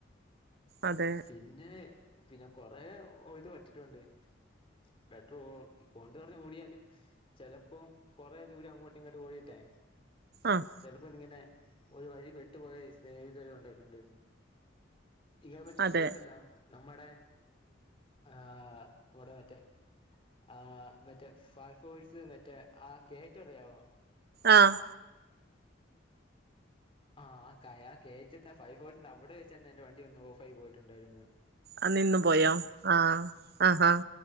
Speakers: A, on the right; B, on the left.
A: അതെ
B: പിന്നെ പിന്നെ കൊറേ ഒഴിത് പറ്റിട്ടുണ്ട്. പെട്രോളോ കൊണ്ട് നടന്ന് ഓടിയാലും ചെലപ്പം കൊറെ ദൂരം അങ്ങോട്ടും ഇങ്ങോട്ട് ഓടിയിട്ടേ
A: ആഹ്
B: ചിലപ്പോ ഇതിങ്ങനെ ഒരു വഴി പെട്ടുപോയി ഇത് വരെ ഉണ്ടായിട്ടുണ്ട്. ഈ എൽമെറ്റ്
A: അതെ
B: ഇവടെ ഒണ്ടല്ലോ? നമ്മടെ ആഹ് വടെ മറ്റേ ആഹ് മറ്റേ ഫയർ ഫോഴ്സ് മറ്റേ ആ കേറ്റൊ അറിയാമോ?
A: ആഹ്
B: ആഹ് ആ കയ കേറ്റത്തെ ഫയർ ഫോഴ്സിന്റെ അവടെ വെച്ച് തന്നെ എന്റെ വണ്ടി ഒന്ന് ഓഫായി പോയിട്ടുണ്ടായിരുന്നു.
A: ആഹ് നിന്ന് പോയോ? ആഹ് ആഹ് ആഹ്